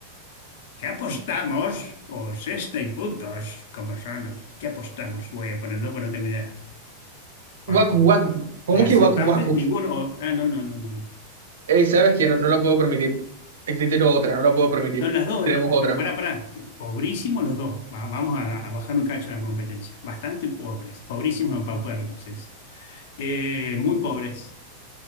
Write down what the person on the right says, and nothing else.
Guacu, guacu. ¿Cómo
que guacu, guacu?
Ey, ¿sabes qué? No, no lo puedo permitir. Existe otra, no lo puedo permitir.
Tenemos otra.